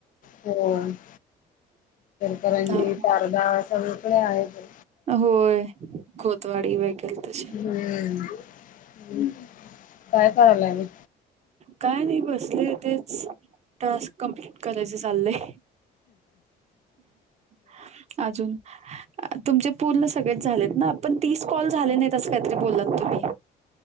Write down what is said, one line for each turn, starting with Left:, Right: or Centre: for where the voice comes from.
Left: <inaudible> होय, <inaudible> करंजी
Right: त्यामुळं
Left: तारदाा सगकळे आहेत.
Right: होय खोतवाडी वगैर तसे
Left: हम्म <unintelligible> काय करायलाय नि,
Right: काय नाही बसले तेच टास्क कमप्लीट करायच चाललंय. <inaudible> अजून तुमचे पूर्ण सगळेच झालेत ना पण तीस कॉल झाले नाहीतसं काहीतरी बोलत तुम्ही.